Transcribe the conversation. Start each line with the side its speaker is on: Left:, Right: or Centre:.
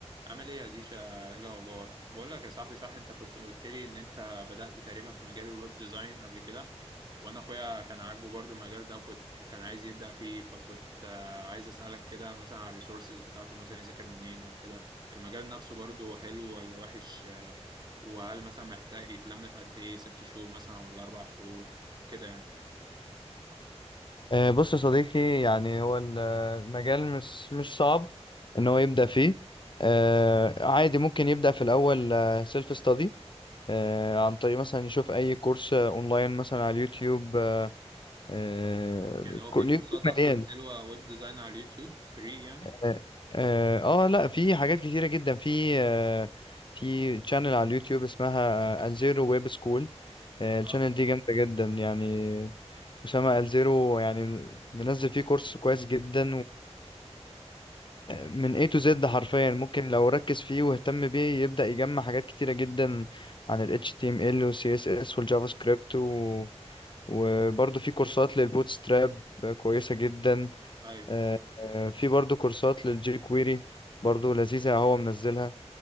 Right: عامل ايه يا ديشا ايه الاخبار بقول لك يا صاحبي صح انت كنت قلت لي ان انت بدأت تقريبا في مجال الويب ديزاين قبل كده وانا اخويا كان عاجبه برضو المجال ده وكنت وكان عايز يبدأ فيه فكنت آه، عايز اسألك كده مثلا على الريسورسز بتاعته مثلا يذاكر منين او كده المجال نفسه برضو حلو ولا وحش آه، وهل مثلا محتاج يتلم في قد ايه ست شهور مثلا ولا اربع شهور كده يعني
Left: آه، بص يا صديقي يعني هو ال- المجال مش مش صعب ان هو يبدأ فيه آه، عادي ممكن يبدأ في الاول سيلف ستادي عن طريق مثلا يشوف اي كورس آه، اونلاين مثلا على اليوتيوب آه، آه،
Right: يعني هو
Left: كل-
Right: في كورسات
Left: اليوتيوب مليان
Right: اصلا حلوة ويب ديزاين على اليوتيوب فري يعني
Left: اه آه، آه، لا في حاجات كتيرة جدا في آه، في تشانل على اليوتيوب اسمها الزيرو ويب سكول التشانل
Right: اه
Left: دي جامدة جدا يعني أسامة الزيرو يعني منزل فيه كورس كويس جدا من A to Z حرفيا ممكن لو ركز فيه واهتم بيه يبدأ يجمع حاجات كتيرة جدا عن ال HTML وال CSS والجافا سكريبت و... وبرضه في كورسات للبوتستراب كويسة جدا
Right: ايوه
Left: آه، آه، في برضه كورسات للجي كويري برضه لذيذة هو منزلها